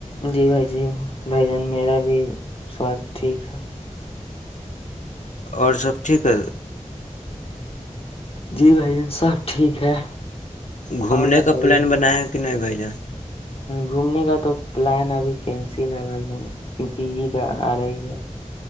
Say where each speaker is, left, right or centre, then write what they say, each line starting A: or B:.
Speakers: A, on the left; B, on the left.
A: جی بھائی جی بھائی جان میرا بھی سواستھ ٹھیک ہے
B: اور سب ٹھ ہے
A: جی بھائی جن سب ٹھیک ہے
B: گھومنے
A: اور بتائیے
B: کا پلان بنایا <unintelligible> کہ نہیں بھیھ جا <unintelligible>
A: گھومنے کا تو پلان ابھی کینسل ہے بھائی جان کیونکہ عید آ رہی ہے